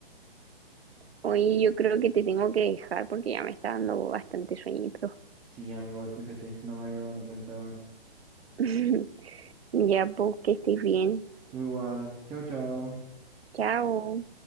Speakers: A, on the right; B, on the right.
A: Hoy yo creo que te tengo que dejar porque ya me está dando bastante sueñito.
B: Sí, ya, igual, fíjate, no me había dado ni cuenta, weón.
A: <laughs> Ya, pues, que estés bien.
B: Tú igual. Chao, chao.
A: Chao.